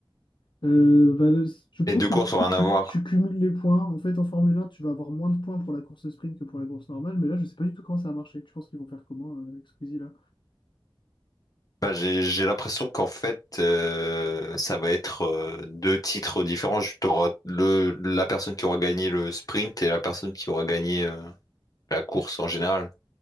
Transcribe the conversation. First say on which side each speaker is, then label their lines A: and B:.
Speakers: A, on the left (about 65°); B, on the left (about 45°).
A: Euh, bah, le- je pense
B: Les deux
A: que
B: courses
A: du coup,
B: ont rien
A: tu,
B: à voir.
A: tu cumules les points. En fait, en Formule 1, tu vas avoir moins de points pour la course sprint que pour la course normale. Mais là, je sais pas du tout comment ça va marcher. Tu penses qu'ils vont faire comment euh, avec Squeezie là?
B: Bah, j'ai, j'ai l'impression qu'en fait, euh, ça va être euh, deux titres différents. Je- T'auras le, la personne qui aura gagné le sprint et la personne qui aura gagné euh, la course en général.